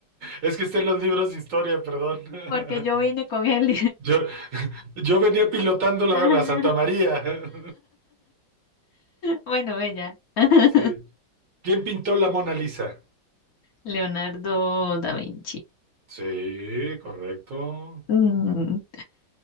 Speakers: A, on the right; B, on the left.
A: Es que está en los libros de historia, perdón. <laughs>
B: Porque yo vine con él.
A: Yo, yo venía pilotando la,
B: <laughs>
A: la Santa María. <laughs>
B: Bueno, ella. <laughs>
A: Sí. ¿Quién pintó la Mona Lisa?
B: Leonardo da Vinci.
A: Sí, correcto.
B: Mm.